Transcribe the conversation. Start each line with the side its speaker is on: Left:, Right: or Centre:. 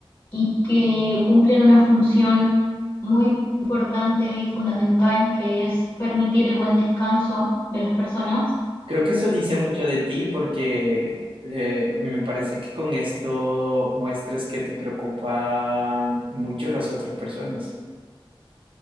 Left: y que cumplen una función muy importante y fundamental que es permitir el buen descanso de las personas
Right: Creo que eso dice mucho de ti porque eh, me parece que con esto muestras que te preocupan mucho las otras personas.